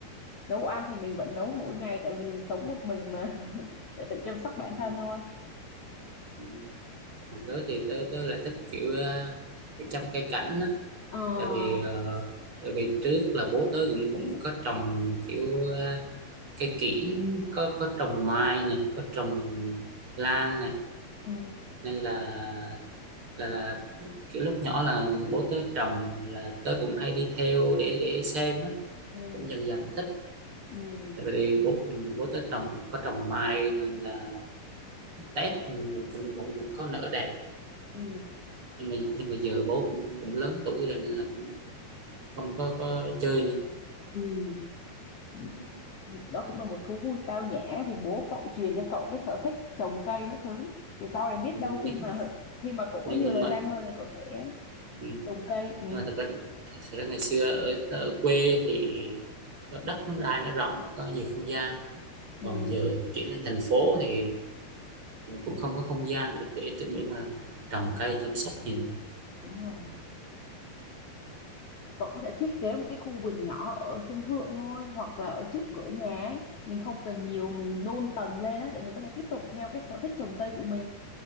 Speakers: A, on the left; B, on the right.
A: nấu ăn thì mình vẫn nấu mỗi ngày tại vì mình sống một mình mà <laughs> phải tự chăm sóc bản
B: Ừ,
A: thân thôi
B: ừ. còn tớ thì tớ tớ lại thích kiểu ờ, kiểu chăm cây cảnh á
A: Ờ,
B: tại vì ờ, tại vì trước là bố tớ cũng cũng có trồng kiểu ờ, cây kiểng có có trồng mai này có trồng lan này
A: ừ.
B: nên là là là kiểu lúc nhỏ là bố tớ trồng là tớ cũng hay đi theo để để xem á
A: ừ
B: cũng dần dần thích
A: ừ
B: tại vì bố ừ, bố tớ trồng có trồng mai nên là Tết cũng cũng cũng, cũng có nở đẹp
A: ừ
B: nhưng mà nhưng mà giờ bố cũng cũng lớn tuổi rồi nên là cũng không có có chơi nữa
A: ừ ừ
B: Ừ,
A: thì đó cũng là một thú vui tao nhã thì bố cậu truyền cho cậu cái sở thích trồng cây các thứ thì sau này biết
B: nhưng
A: đâu khi mà <laughs> khi mà cậu có
B: nhưng,
A: nhiều
B: nhưng
A: thời
B: mà
A: gian hơn thì cậu sẽ
B: ừ,
A: trồng cây ừ
B: nhưng mà thật ra thật ra ngày xưa ở, ở quê thì có đất nó đai nó rộng có nhiều không gian
A: ừ
B: còn giờ thì chuyển lên thành phố thì cũng không có không gian để để, để mà trồng cây chăm sóc gì
A: đúng rồi cậu có thể thiết kế một cái khu vườn nhỏ ở sân thượng thôi hoặc là ở trước cửa nhà ấy mình không cần nhiều mình đôn tầng lên á để mình có thể tiếp tục theo cái sở thích trồng cây của mình